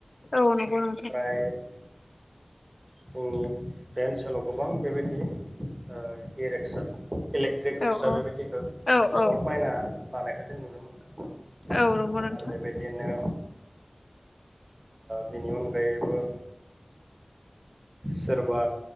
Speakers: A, on the left; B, on the right.
A: औ नंगौ नों
B: <unintelligible> जोंनि बे ओनसोलाव गोबां बेबायदि ओ इ-रिक्सा इलेक ट्रिक
A: औ
B: रिक्सा
A: औ
B: बेबायदिखौ
A: औ
B: गोबां
A: औ
B: बायना लानायखौ जों नुनो मोनदों।
A: औ नंगौ नोंथां
B: आरो बेबायदिनो बिनि अनगायैबो सोरबा